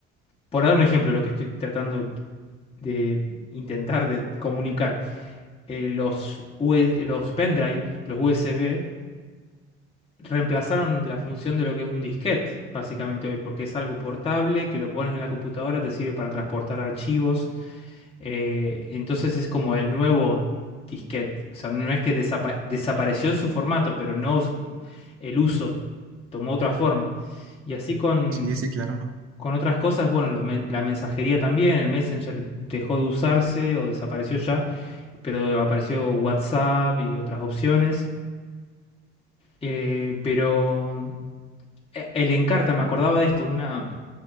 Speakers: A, on the left; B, on the right.
A: Por dar un ejemplo, lo que estoy tratando de intentar de comunicar, eh, los, U- S los pendrives los USB, reemplazaron la función de lo que es un disquete, básicamente hoy, porque es algo portable, que lo pones en la computadora, te sirve para transportar archivos Eh, entonces es como el nuevo disquete. O sea, no es que desapa- desapareció su formato, pero no us- el uso tomó otra forma. Y así con,
B: Sí, sí, claro.
A: con otras cosas, bueno, los men- la mensajería también, el Messenger dejó de usarse o desapareció ya, pero apareció WhatsApp y otras opciones. Eh, pero eh, el Encarta, me acordaba de esto, una,